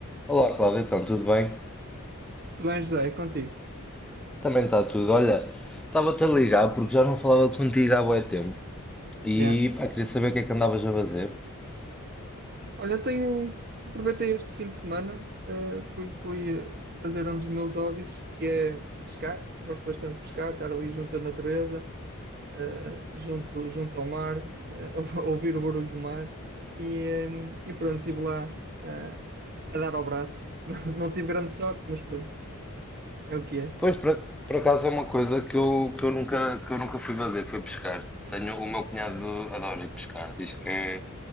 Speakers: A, in the centre; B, on the right.
A: Olá, Cláudia, então, tudo bem?
B: Tudo bem, José, é contigo.
A: Também está tudo. Olha, estava-te a ligar porque já não falava contigo há bué tempo e
B: Yeah.
A: pá, queria saber o que é que andavas a fazer.
B: Olha, tenho. Aproveitei este fim de semana, eh, fui, fui eh, fazer um dos meus hobbies, que é pescar. Gosto bastante de pescar, estar ali junto à natureza, eh, junto, junto ao mar, eh, <laughs> ouvir o barulho do mar. E, eh, e pronto, estive lá, eh, a dar ao braço. <laughs> Não, tive grande sorte, mas pronto, é o que é.
A: Pois, por, ac- por acaso é uma coisa que eu, que eu nunca, que eu nunca fui fazer, foi pescar. Tenho, o meu cunhado adora ir pescar, diz que é